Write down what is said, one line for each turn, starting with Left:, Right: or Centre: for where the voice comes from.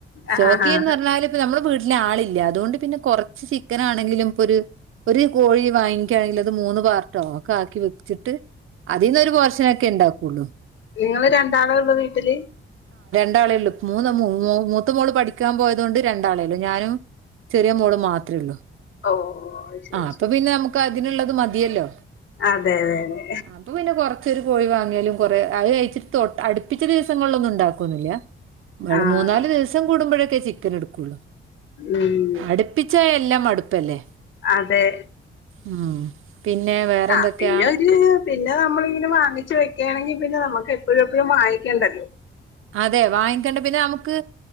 Right: സ്റ്റോക്ക്
Left: ആഹ്
Right: ചെയ്യുവെന്ന്
Left: ആഹ്
Right: പറഞ്ഞാല് നമ്മള് ആളില്ല അതുകൊണ്ട് പിന്നെ കൊറച്ച് ചിക്കന ആണെങ്കിലും ഇപ്പൊ ഒരു ഒരു കോഴി വാങ്ങിക്കുകയാണെങ്കിൽ അത് മൂന്ന് പാർട്ടോ ഒക്കെ ആക്കി വെച്ചിട്ട് അതിന്ന് ഒരു പോർഷനൊക്കെ ഉണ്ടാക്കുള്ളൂ.
Left: നിങ്ങള് രണ്ടാളേ ഉള്ളൂ വീട്ടില്?
Right: രണ്ടാളെയള്ളൂ മൂന്ന മൂത്ത മോള് പഠിക്കാൻ പോയത് കൊണ്ട് രണ്ടാളെ ഉള്ളു ഞാനും ചെറിയ മോള് മാത്രേ ഉള്ളൂ,
Left: ഓ ശരി
Right: ആ അപ്പൊ
Left: ശരി
Right: പിന്നെ നമുക്ക് അതിനുള്ളത് മതിയല്ലോ.
Left: അതെ അതെ അതെ
Right: അപ്പ പിന്നെ കൊറച്ചൊരു കോഴിവാ കുറെ അത് കഴിച്ചിട്ട് തൊട്ട് അടുപ്പിച്ച ദിവസങ്ങളിലൊന്നും ഉണ്ടാക്കു ഒന്നില്ല.
Left: ആഹ്
Right: മൂന്നാല് ദിവസം കൂടുമ്പോഴൊക്കേ ചിക്കൻ എടുക്കുള്ളു.
Left: ഉം
Right: അടുപ്പിച്ചാ എല്ലാം മടുപ്പല്ലേ,
Left: അതെ അതെ
Right: ഉം പിന്നെ വേറെ
Left: ആഹ്
Right: എന്തൊക്കെയാ
Left: പിന്നെ ഒരു പിന്നെ നമ്മളിങ്ങനെ വാങ്ങിച്ച് വെക്കയാണെങ്കിൽ, പിന്നെ നമുക്ക് എപ്പോഴും എപ്പോഴും വാങ്ങിക്കേണ്ടല്ലോ.
Right: അതെ വാങ്ങിക്കണ്ട പിന്നെ നമുക്ക്